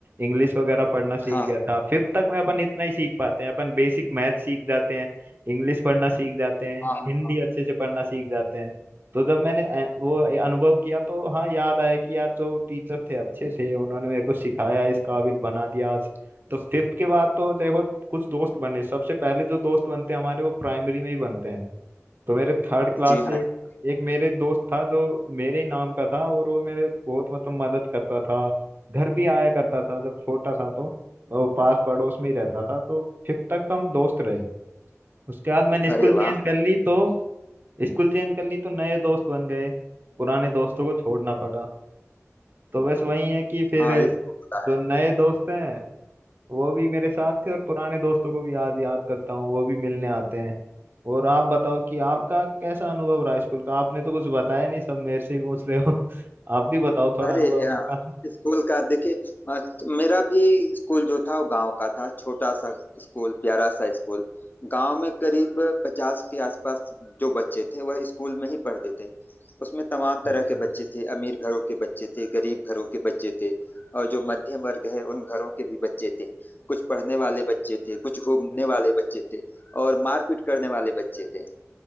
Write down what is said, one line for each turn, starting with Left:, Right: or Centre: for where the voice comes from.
Right: इंग्लिश वगैरह पढ़ना सीख
Left: हाँ
Right: गया था फिफ्थ तक मैं अपन इतना ही सीख पाते हैं अपन बेसिक मैथ सीख जाते हैं इंग्लिश पढ़ना सीख जाते हैं
Left: हाँ हाँ
Right: हिंदी अच्छे से पढ़ना सीख जाते हैं तो जब मैंने अ- वो अनुभव किया तो हाँ याद आया कि यार जो टीचर थे अच्छे थे उन्होंने मेरे को सिखाया इस काबिल बना दिया आज तो फिफ्थ के बाद तो देखो कुछ दोस्त बने सबसे पहले जो दोस्त बनते हैं हमारे वो प्राइमरी में ही बनते हैं तो मेरे थर्ड क्लास
Left: जी
Right: से
Left: हाँ
Right: एक,
Left: जी
Right: एक मेरे दोस्त था जो मेरे ही नाम का था और वो मेरे बहुत मतलब मदद करता था घर भी आया करता था जब छोटा था तो वो पास पड़ोस में ही रहता था तो फिफ्थ तक तो हम दोस्त रहे उसके बाद मैंने स्कूल
Left: अरे
Right: चेंज
Left: वाह
Right: कर ली तो स्कूल चेंज कर ली तो नए दोस्त बन गए पुराने दोस्तों को छोड़ना पड़ा तो बस वही है कि फिर
Left: हाँ ये तो होता
Right: जो नए दोस्त हैं वो भी मेरे साथ थे और पुराने दोस्तों को भी याद याद करता हूँ वो भी मिलने आते हैं और आप बताओ कि आपका
Left: है
Right: कैसा अनुभव रहा स्कूल का आपने तो कुछ बताया नहीं सब मेरे से ही पूछ रहे हो <laughs> आप भी बताओ थोड़ा
Left: अरे
Right: अनुभव
Left: यार
Right: आपका
Left: स्कूल का देखिए अ, मेरा भी स्कूल जो था वो गांव का था छोटा सा स्कूल प्यारा सा स्कूल गांव में करीब पचास के आसपास जो बच्चे थे वह स्कूल में ही पढ़ते थे उसमें तमाम
Right: अच्छा
Left: तरह के बच्चे थे अमीर घरों के बच्चे थे गरीब घरों के बच्चे थे और जो मध्यम वर्ग है उन घरों के भी बच्चे थे कुछ पढ़ने वाले बच्चे थे कुछ घूमने वाले बच्चे थे और मारपीट करने वाले बच्चे थे